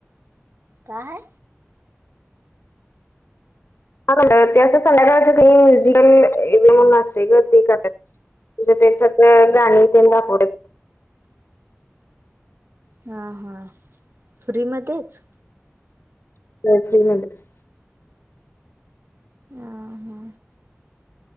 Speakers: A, on the right; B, on the left.
A: काय?
B: <unintelligible> सळ्याकालच <unintelligible> असते ग ते <unintelligible> गाणी ते दाखव.
A: हां हां, फ्रीमध्येच.
B: <unintelligible>
A: हा हा.